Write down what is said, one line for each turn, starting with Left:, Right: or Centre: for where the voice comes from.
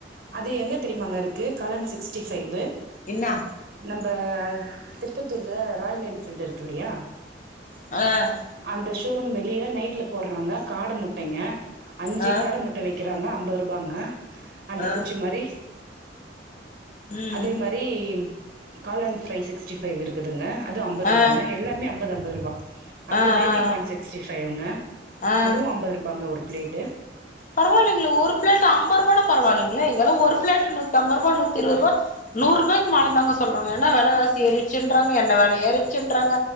Right: அது எங்க தெரியுமாங்க இருக்கு காளான் சிக்ஸ்டி ஃபைவு
Left: என்னா
Right: நம்ப திருப்பத்தூர்ல ராயல் என்ஃபீல்டு இருக்கில்லையா
Left: அ
Right: அந்த ஷோரூம் வெளிய தா நைட்ல போற்றாங்க காட முட் டங்க அஞ்சு
Left: ஆ
Right: காட முட்ட வக்கிறாங்க அம்பது ருபாங்க அந்த
Left: ஆ
Right: குச்சி மாரி
Left: ம்
Right: அதே மாரி ரி காளின் பிரை சிக்ஸ்டி ஃபைவ் இரு குதுங்க அது அம்பது ருபாங்க
Left: ஆ
Right: எல்லாமே அம்பது அம்பது ருபா அப்ரோ
Left: ஆ
Right: பேபி
Left: ஆ
Right: கார்ன் சிக்ஸ்ட்டி ஃபைவ்ங்க
Left: ஆ ஆ
Right: அதுவு அம்பது ருபாங்க ஒரு பிளேட்டு
Left: பரவாலிங்கலே ஒரு பிளேட் அம்பருவான்னா பரவாலிங்கலே இங்கல்லா ஒரு பிளேட்டு நூத்தம்பருவா நூத்திருவருவா நூர் ரூபாய்க்கு மேல தாங்க சொல்றாங்க ஏன்னா வெலவாசி ஏறிச்சுன்றாங்க எண்ண வெல ஏறிச்சுன்றாங்க